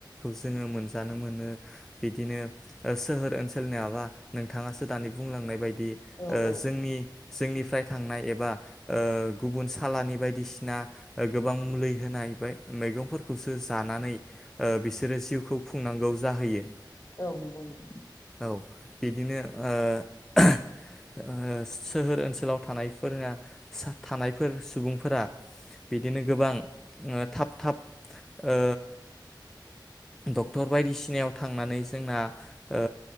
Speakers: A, in the centre; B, on the left.
A: जोङो मोनजानो मोनो बिदिनो सोहोर ओनसोलनियाबा नोंथाङासो दानि बुंलांनाय बायद दि
B: औ
A: ओ
B: औ
A: जोंनि जोंनिफ्राय थांनाय एबा ओ गुबुन सालानि बायदिसि ना गोबां मुलि होनाय फ्राय मैगंफोरखौसो जानानै ओ बिसोरो जिउखौ खुंनांगौ जाहैयो
B: औ नंगौ नोंथां
A: औ। बिदिनो ओ ओ स सोहोर ओनसोलाव थानायफोरा साह थानायफोर सुबुंफोरा बिदिनो गोबां ओ थाब थाब ओ डक्टर बायदिसिनायाव थांनानै जोंना ओ